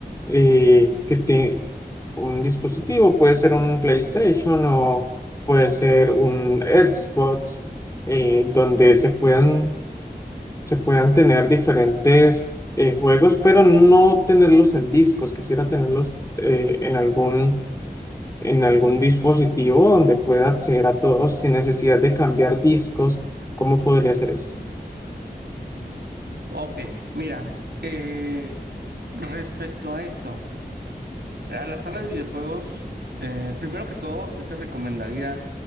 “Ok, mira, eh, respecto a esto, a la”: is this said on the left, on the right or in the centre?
Right